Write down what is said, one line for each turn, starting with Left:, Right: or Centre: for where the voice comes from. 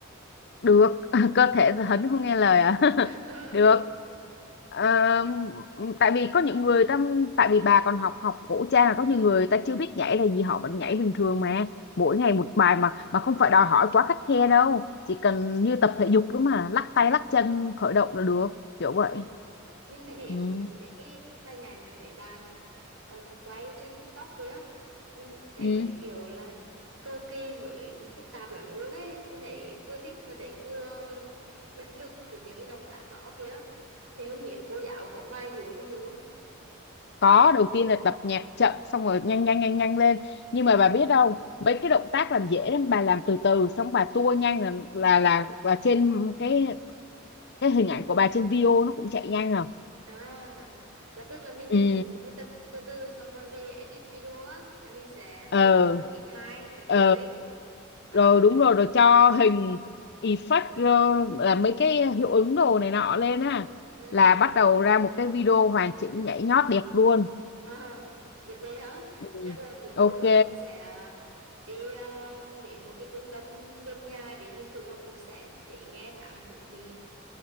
Left: được <laughs> cơ thể hấn không nghe lời à
Right: <laughs>
Left: <laughs>
Right: ừ.
Left: được Ờ,
Right: ừ
Left: tại vì có những người ta tại vì bà còn học học cổ trang là có nhiều người ta chưa biết nhảy là gì họ vẫn nhảy bình thường mà mỗi
Right: ừ
Left: ngày một bài mà mà không phải đòi hỏi quá khắt khe đâu chỉ cần như tập thể dục đó mà lắc tay lắc chân khởi động là được kiểu vậy
Right: ừ mình thấy
Left: ừ.
Right: mấy cái bài nhảy mà mấy bạn ờ, quay trên TikTok kia mình thấy
Left: Ừ.
Right: kiểu là cầu kỳ với phức tạp lắm luôn ấy mình thấy vừa thích mà thấy vừa bất lực trước những cái động tác đó kia thì không biết cô giáo có mai dùa mình được không
Left: có đầu tiên là tập nhạc chậm xong rồi nhanh nhanh nhanh nhanh lên nhưng
Right: ừ
Left: mà bà biết không mấy cái động tác làm dễ lắm bà làm từ từ xong bà tua nhanh là là là, là trên cái cái hình ảnh của bà trên video nó cũng chạy nhanh rồi
Right: À, là tức là mình
Left: ừ
Right: mình tập từ từ xong rồi về edit video á là mình sẽ
Left: ờ
Right: tua ít hai các
Left: ờ
Right: kiểu lên. À,
Left: rồi đúng rồi rồi cho hình effect ờ, là mấy cái hiệu ứng đồ này nọ lên á
Right: ừ.
Left: là bắt đầu ra một cái video hoàn chỉnh nhảy nhót đẹp luôn
Right: À, việc đấy hả?
Left: ừ.
Right: Chắc là bữa mô
Left: ok
Right: đó mình sẽ à, đi à, đến một cái trung tâm gần nhà để mình tự học thử sẽ thì nghe khá là thú vị.